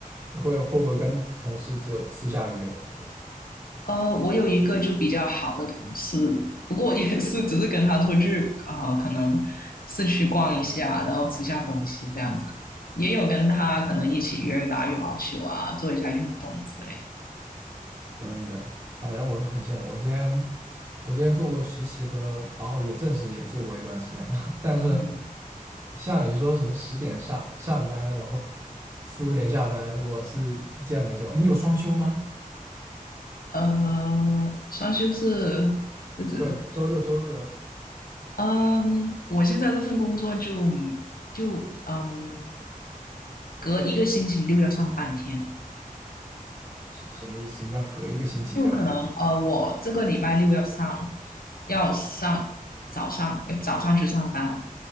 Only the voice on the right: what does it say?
你会会不会跟同事只有私下约就
可以的？反正我是很羡慕，我之前我之前做过实习和，然后也正式也做过一段时间了。<laughs> 但是
像你说什么十点上上班，然后四五点下班，我是见没见过。你有双休吗？
就是周六周日
是什么意思？什么叫隔一个星期就要上？